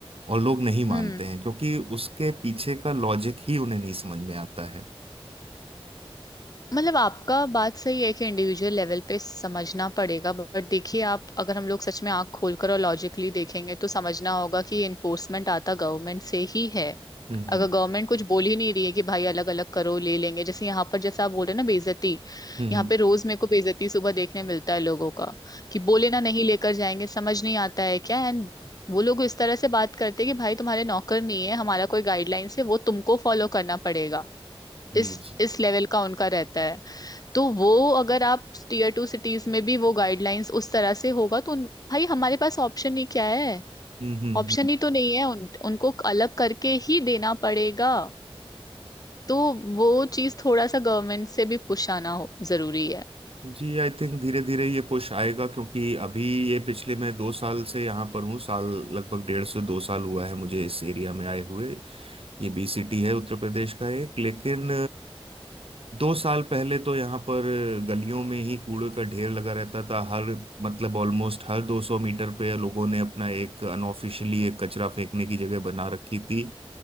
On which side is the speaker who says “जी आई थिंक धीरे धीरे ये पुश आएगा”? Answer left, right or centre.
Right